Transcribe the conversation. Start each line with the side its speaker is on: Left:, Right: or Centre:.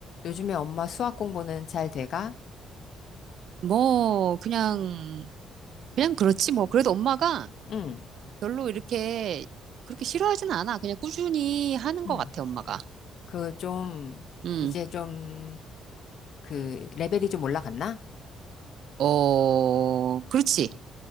Left: 요즘에 엄마 수학 공부는 잘 돼가?
Right: 뭐, 그냥, 그냥 그렇지 뭐. 그래도 엄마가
Left: 응,
Right: 별로 이렇게 그렇게 싫어하진 않아. 그냥 꾸준히 하는
Left: 응.
Right: 것 같아, 엄마가.
Left: 그 좀,
Right: 음,
Left: 이제 좀, 그, 레벨이 좀 올라갔나?
Right: 어, 그렇지.